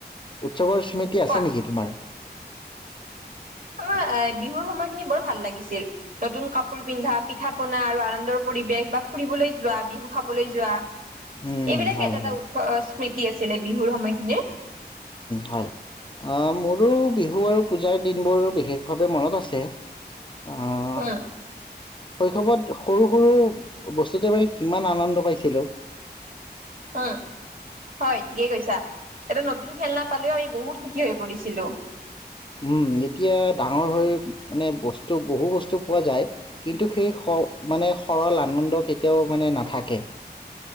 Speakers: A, on the left (about 30°); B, on the right (about 55°).
A: উৎসৱৰ স্মৃতি। আছে
B: কোৱা
A: নেকি তোমাৰ। <unintelligible> <unintelligible>
B: আাৰ এ বিহুৰ সময়খিনি বৰ ভাল লাগিছিল নতুন কাপোৰ পিন্ধা পিঠা পনা আৰু আনন্দৰ পৰিৱেশ বা ফুৰিবলৈ যোৱা বিহু খাবলৈ যোৱা।
A: উম
B: এইবিলাকে
A: হয়
B: এটা
A: হয়
B: এটা উৎসৱ স্মৃতি আছিলে বিহুৰ সময়খিনি।
A: হয় মোৰো বিহু আৰু পূজাৰ দিনবোৰ বিশেষভাৱে মনত আছে। আহ
B: উম
A: শৈশৱত সৰু সৰু বস্তুতে মানে কিমান আনন্দ পাইছিলো?
B: উম হয় ঠিকেই কৈছা? এটা নতুন খেলা পালেও আমি বহুত সুখী হৈ পৰিছিলো?
A: উম এতিয়া ডাঙৰ হৈ মানে বস্তু বহু বস্তু পোৱা যায় কিন্তু সেই মানে সৰল আনন্দ কেতিয়াও মানে নাথাকে।